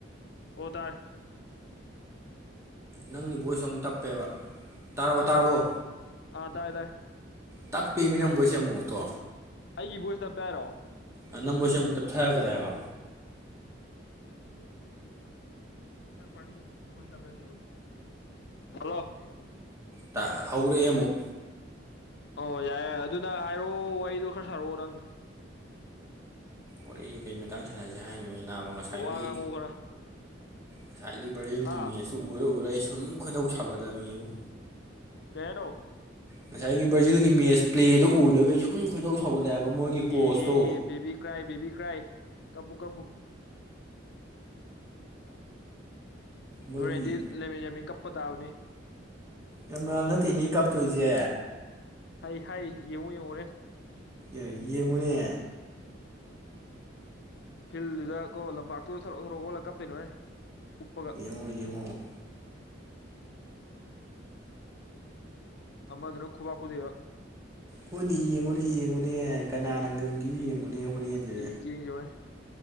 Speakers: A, on the left; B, on the right.
A: ꯑꯣ ꯇꯔꯦ꯫
B: ꯅꯪꯒꯤ ꯚꯣꯏꯁꯁꯨ ꯑꯃꯨꯛ ꯇꯞꯄꯦꯕ ꯇꯥꯔꯕꯣ ꯇꯥꯔꯕꯣ꯫
A: ꯑꯥ ꯇꯥꯔꯦ ꯇꯥꯔꯦ꯫
B: ꯇꯞꯄꯦ ꯃꯤ ꯅꯪ ꯕꯣꯏꯁꯁꯦ ꯑꯃꯨꯣꯛ ꯃꯣꯛꯇꯣ꯫
A: ꯑꯩꯒꯤ ꯚꯣꯏꯁ ꯇꯞꯄꯦ ꯍꯥꯏꯔꯣ꯫
B: ꯑ ꯅꯡ ꯕꯣꯏꯁꯁꯦ ꯑꯃꯨꯛ ꯇꯞꯊꯈ꯭ꯔꯦ ꯍꯥꯏꯕ
A: ꯊꯤꯔꯗ ꯄꯥꯔꯇꯤ ꯕꯣꯏꯁ ꯇꯥꯕ ꯌꯥꯗꯦꯕ ꯍꯂꯣ <unintelligible>
B: ꯇ ꯍꯧꯔꯛꯑꯦ ꯑꯃꯨꯛ
A: ꯑꯣ ꯌꯥꯏꯔꯦ ꯑꯗꯨꯅ ꯍꯥꯏꯔꯛꯑꯣ ꯋꯥꯔꯤꯗꯣ ꯈꯔ ꯁꯥꯔꯛꯑꯣ ꯅꯪ
B: ꯋꯥꯔꯤ ꯀꯔꯤ ꯃꯇꯥꯡ ꯁꯥꯟꯅꯁꯤ ꯍꯥꯏꯅꯣꯅꯦ ꯅꯥꯕ ꯉꯁꯥꯏꯒꯤ
A: ꯑꯣ ꯋꯥ ꯉꯥꯡꯉꯨ ꯈꯔ
B: ꯉꯁꯥꯏꯒꯤ ꯕꯥꯔꯖꯤꯜꯒꯤ
A: ꯍꯥ
B: ꯃꯦꯠꯁ ꯇꯨ ꯎꯔ ꯎꯔ ꯑꯩ ꯁꯨꯝ ꯈꯣꯏꯗꯧ ꯁꯥꯥꯎꯒꯠꯂꯝꯃꯤꯕꯨ
A: ꯀꯩ ꯍꯥꯏ ꯅꯣ
B: ꯉꯁꯥꯏꯒꯤ ꯕ꯭ꯔꯥꯖꯤꯜꯒꯤ ꯃꯦꯠꯁ ꯄ꯭ꯂꯦꯗꯣ ꯎꯔꯒ ꯌꯨꯝ ꯈꯣꯏꯗꯧ ꯁꯧꯒꯠꯂꯛꯑꯦꯕ ꯃꯣꯏꯒꯤ
A: ꯑꯦ
B: ꯀꯣꯁꯇꯣ
A: ꯑꯦ ꯑꯦ ꯕꯦꯕꯤ ꯀ꯭ꯔꯥꯏ ꯕꯦꯕꯤ ꯀ꯭ꯔꯥꯏ ꯀꯞꯄꯨ ꯀꯞꯄꯨ
B: ꯃꯣꯏꯒꯤ
A: ꯍꯣꯔꯦꯟꯗꯤ ꯂꯃꯤꯟ ꯌꯥꯃꯤꯡ ꯀꯞꯄ ꯇꯥꯕꯅꯤ
B: ꯌꯥꯃꯜ ꯅꯠꯇꯦꯅꯦ ꯀꯥꯞꯇꯣꯏꯁꯦ
A: ꯍꯥꯏ ꯍꯥꯏ ꯌꯦꯡꯉꯨ ꯌꯦꯡꯉꯨ ꯍꯨꯔꯦꯟ
B: ꯑꯦ ꯌꯦꯡꯉꯨꯅꯦ
A: ꯐꯤꯜꯗꯨꯗ ꯀꯣ ꯂꯝꯄꯥꯛꯇꯨ ꯊꯔꯣ ꯊꯥꯔꯣ ꯑꯣꯜꯂ ꯀꯞꯇꯣꯏ ꯅꯦ ꯍꯧꯔꯦꯟ ꯎꯞꯄ
B: ꯌꯦꯉꯣ ꯌꯦꯉꯣ
A: ꯑꯃꯗꯨꯅ ꯈꯨꯕꯥꯛ ꯈꯨꯗꯣꯏꯕ
B: ꯍꯣꯏꯅꯦ ꯌꯦꯡꯉꯨꯅꯦ ꯌꯦꯡꯉꯨꯅꯦ ꯀꯅꯥ ꯉꯝꯒꯤ ꯌꯦꯡꯉꯨꯅꯦ ꯍꯣꯔꯦꯟꯁꯦ
A: ꯌꯦꯡꯖꯤ ꯌꯦꯡꯖꯤ ꯍꯣꯔꯦꯟ